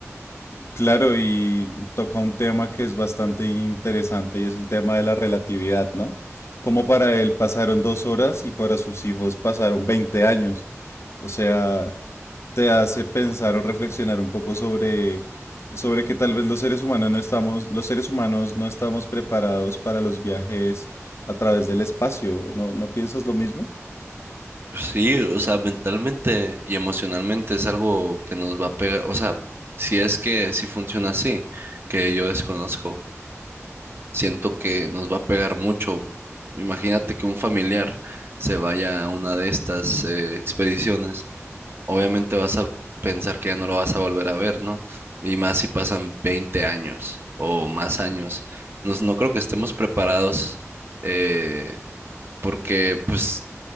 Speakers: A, on the left (about 60°); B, on the right (about 50°).
A: Claro, y toca un tema que es bastante interesante y es el tema de la relatividad, ¿no? Como para él pasaron dos horas y para sus hijos pasaron 20 años. O sea, te hace pensar o reflexionar un poco sobre, sobre que tal vez los seres humanos no estamos, los seres humanos no estamos preparados para los viajes a través del espacio. ¿No, no piensas lo mismo?
B: Sí, o sea, mentalmente y emocionalmente es algo que nos va a pegar, o sea, si es que sí funciona así, que yo desconozco, siento que nos va a pegar mucho. Imagínate que un familiar se vaya a una de estas eh, expediciones obviamente vas a pensar que ya no lo vas a volver a ver, ¿no? Y más si pasan 20 años o más años. No, no creo que estemos preparados eh, porque pues